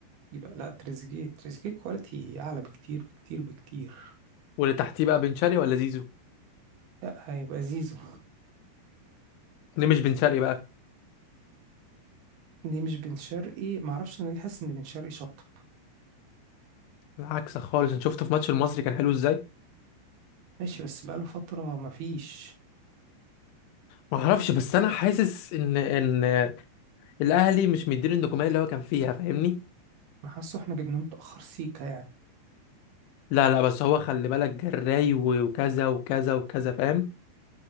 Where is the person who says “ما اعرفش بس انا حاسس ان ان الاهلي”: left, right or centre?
Left